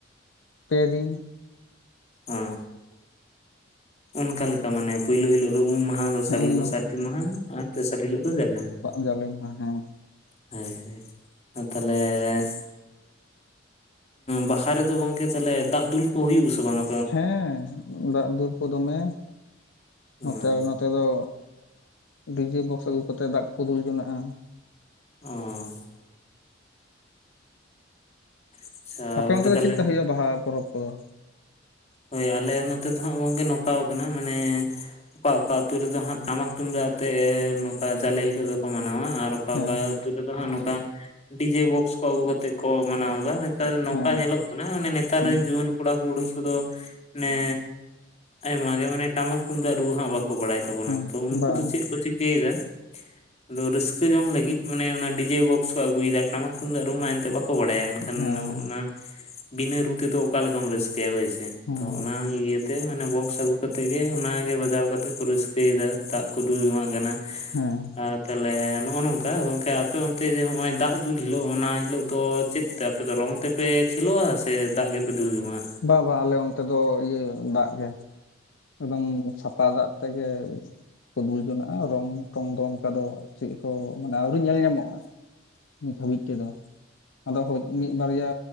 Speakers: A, on the left; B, on the left.
A: ᱯᱮ ᱫᱤᱱ
B: ᱚ ᱚᱱᱠᱟ ᱞᱮᱠᱟ ᱢᱟᱱᱮ ᱯᱩᱭᱞᱩ ᱦᱤᱞᱳᱜ ᱫᱚ ᱩᱢ ᱢᱟᱦᱟ ᱫᱚᱥᱟᱨ
A: ᱦᱮᱸ
B: ᱦᱤᱞᱳᱜ
A: ᱩᱢ
B: ᱫᱚ ᱥᱟᱨᱫᱤ ᱢᱟᱦᱟ ᱟᱨ ᱛᱮᱥᱟᱨ ᱦᱤᱞᱳᱜ ᱫᱚ ᱡᱟᱞᱮ ᱢᱟᱦᱟ
A: ᱡᱟᱞᱤ ᱢᱟᱦᱟ ᱦᱮᱸ ᱦᱮᱸ
B: ᱦᱟᱹᱭ ᱦᱟᱹᱭ ᱟ ᱛᱟᱦᱞᱮ ᱵᱟᱦᱟ ᱨᱮᱫᱚ ᱜᱚᱝᱠᱮ ᱛᱟᱦᱞᱮ ᱫᱟᱜ ᱫᱩᱞ ᱠᱚ ᱦᱩᱭᱩᱜ ᱟᱥᱮ ᱵᱟᱝᱟ
A: ᱦᱮᱸ ᱫᱟᱜ ᱫᱩᱞ ᱠᱚ ᱫᱚᱢᱮ
B: ᱦᱮᱸ
A: ᱱᱚᱛᱮ ᱟᱞᱮ ᱱᱚᱛ ᱱᱚᱛᱮ ᱫᱚ ᱰᱤᱡᱮ ᱵᱚᱠᱥ ᱟᱹᱜᱩ ᱠᱟᱛᱮᱫ ᱫᱟᱜ ᱠᱚ ᱫᱩᱞ ᱡᱚᱱᱟᱜᱼᱟ
B: ᱚᱸᱻ ᱟᱪᱪᱷᱟ
A: ᱟᱯᱮ
B: ᱜᱚᱝᱠᱮ
A: ᱚᱱᱛᱮ ᱫᱚ
B: ᱛᱟᱦᱚᱞᱮ
A: ᱪᱮᱫ ᱞᱮᱠᱟ ᱦᱩᱭᱩᱜᱼᱟ ᱵᱟᱦᱟ ᱯᱚᱨᱚᱵᱽ ᱠᱚᱫᱚ
B: ᱦᱳᱭ ᱟᱞᱮ ᱱᱚᱛᱮ ᱫᱚ ᱦᱟᱸᱜ ᱜᱚᱝᱠᱮ ᱱᱚᱝᱠᱟ ᱠᱟᱱᱟ ᱢᱟᱱᱮ ᱚᱠᱟ ᱚᱠᱟ ᱟᱹᱛᱩ ᱨᱮᱫᱚ ᱦᱟᱸᱜ ᱴᱟᱢᱟᱠ ᱛᱩᱢᱫᱟᱜ ᱟᱛᱮ ᱱᱚᱠᱟ ᱡᱟᱞᱮ ᱦᱤᱞᱳᱜ ᱫᱚᱠᱚ ᱢᱟᱱᱟᱣᱟ ᱟᱨ ᱚᱠᱟ
A: ᱦᱮᱸ
B: ᱚᱠᱟ ᱟᱛᱩ ᱛᱮᱫᱚ ᱦᱟᱸᱜ ᱱᱚᱠᱟ ᱰᱤᱡᱮ ᱵᱚᱠᱥ ᱠᱚ ᱟᱹᱜᱩ ᱠᱟᱛᱮᱜ ᱠᱚ ᱢᱟᱱᱟᱣᱮ ᱫᱟ ᱱᱮᱛᱟᱨ ᱱᱚᱠᱟ
A: ᱦᱮᱸ
B: ᱧᱮᱞᱚᱜ ᱠᱟᱱᱟ ᱢᱟᱱᱮ ᱱᱮᱛᱟᱨ
A: ᱦᱮᱸ
B: ᱨᱮᱱ ᱡᱩᱣᱟᱹᱱ ᱠᱚᱲᱟ ᱠᱩᱲᱤ ᱠᱚᱫᱚ ᱱᱮ ᱟᱭᱢᱟ ᱜᱮ ᱢᱟᱱᱮ ᱴᱟᱢᱟᱠ ᱛᱩᱢᱫᱟᱜ ᱨᱩ ᱦᱟᱸᱜ ᱵᱟᱠᱚ ᱵᱟᱲᱟᱭ ᱛᱟᱵᱚᱱᱟ
A: ᱦᱮᱸ
B: ᱛᱚ ᱩᱱᱠᱩ
A: ᱵᱟᱝ
B: ᱫᱚ ᱪᱮᱫ ᱠᱚ ᱪᱤᱠᱟᱹᱭᱮᱫᱟ ᱟᱫᱚ ᱨᱟᱹᱥᱠᱟᱹ ᱡᱚᱝ ᱞᱟᱹᱜᱤᱫ ᱢᱟᱱᱮ ᱚᱱᱟ ᱰᱤᱡᱮ ᱵᱚᱠᱥ ᱠᱚ ᱟᱹᱜᱩᱭᱮᱫᱟ ᱴᱟᱢᱟᱠ ᱛᱩᱢᱫᱟᱜ ᱨᱩ ᱢᱟ ᱮᱱᱛᱮ ᱵᱟ ᱠᱚ ᱵᱟᱲᱟᱭᱟ ᱮᱱᱠᱷᱟᱱ
A: ᱦᱮᱸ
B: ᱚᱱᱟ ᱵᱤᱱᱟᱹ ᱨᱩ ᱛᱮᱫᱚ ᱚᱠᱟ ᱞᱮᱠᱟᱢ ᱨᱟᱹᱥᱠᱟᱹᱭᱟ ᱦᱳᱭ ᱥᱮ
A: ᱦᱮᱸ
B: ᱛᱚ ᱚᱱᱟ ᱦᱩᱭᱩᱜ ᱤᱭᱟᱹ ᱛᱮ ᱢᱟᱱᱮ ᱵᱚᱠᱥ ᱟᱹᱜᱩ ᱠᱟᱛᱮᱫ ᱜᱮ ᱚᱱᱟᱜᱮ ᱵᱟᱡᱟᱣ ᱠᱟᱛᱮᱫ ᱠᱚ ᱨᱟᱹᱥᱠᱟᱹᱭᱮᱫᱟ ᱫᱟᱜ ᱠᱚ ᱫᱩᱞ ᱡᱚᱝᱟᱜ ᱠᱟᱱᱟ
A: ᱦᱮᱸ
B: ᱟᱨ ᱛᱟᱦᱚᱞᱮ ᱱᱚᱜᱼᱚ ᱱᱚᱝᱠᱟ ᱜᱚᱝᱠᱮ ᱟᱯᱮ ᱚᱱᱛᱮ ᱡᱮ ᱦᱚᱸᱜᱼᱚᱭ ᱫᱟᱜ ᱫᱩᱞ ᱦᱤᱞᱳᱜ ᱚᱱᱟ ᱦᱤᱞᱳᱜ ᱫᱚ ᱪᱮᱫ ᱛᱮ ᱟᱯᱮᱫᱚ ᱨᱚᱝ ᱛᱮ ᱯᱮ ᱠᱷᱮᱞᱳᱜᱼᱟ ᱥᱮ ᱫᱟᱜ ᱜᱮᱯᱮ ᱫᱩᱞ ᱡᱚᱝ-ᱟ
A: ᱵᱟ ᱵᱟ ᱟᱞᱮ ᱚᱱᱛᱮ ᱫᱚ ᱤᱭᱟᱹ ᱫᱟᱜ ᱜᱮ ᱮᱠᱫᱚᱢ ᱥᱟᱯᱟ ᱫᱟᱜ ᱛᱮᱜᱮ ᱠᱚ ᱫᱩᱞ ᱡᱚᱱᱟᱜᱼᱟ ᱨᱚᱝ ᱴᱚᱝ ᱫᱚ ᱚᱱᱠᱟ ᱫᱚ ᱪᱤᱫ ᱦᱚ ᱢᱟᱱᱮ ᱟᱹᱣᱨᱤ ᱧᱮᱞ ᱧᱟᱢᱚᱜᱼᱟ᱾ ᱱᱤᱛ ᱦᱟᱹᱵᱤᱡ ᱛᱮᱫᱚ ᱟᱫᱚ ᱦᱳᱭ ᱢᱤᱫ ᱵᱟᱨᱭᱟ